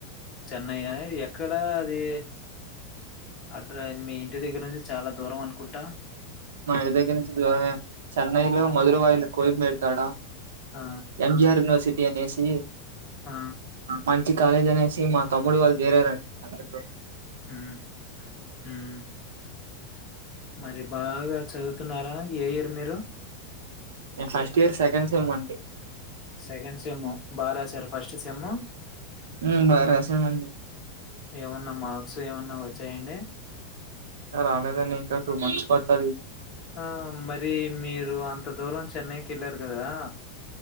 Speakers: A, on the left; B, on the right.
A: చెన్నయ్య ఎక్కడా అది అడ్ర మీ ఇంటి దగ్గర నుంచి చాలా దూరం అనుకుంటా
B: మా ఇంటి దగ్గర నుంచి దూరమే చెన్నైలో మధురవాయిలు కోయంబెడుకాడ
A: ఆ!
B: ఎం జిఆర్ యూనివర్సిటీ అనేసి
A: ఆ
B: మంచి కాలేజ్ అనేసి మా తమ్ముడు వాళ్ళు చేరారండి అందుట్లో
A: ఉం ఉం మరి బాగా చదువుతున్నారా ఏయియరు మీరు
B: నేను ఫస్ట్ ఇయర్ సెకండ్ సెం అండి
A: సెకండ్ సమ్ బాగ రాశారా ఫస్ట్ సమ్
B: హ్మ్ బాగా రాసామండి
A: ఎవనా మార్క్స్ ఎవనా వ చేయండి
B: రాలేదండి ఇంకా టూ మంత్స్ పడుతుది
A: ఆ మరి మీరు అంత దూరం చెన్నైకి వెళ్ళారు కదా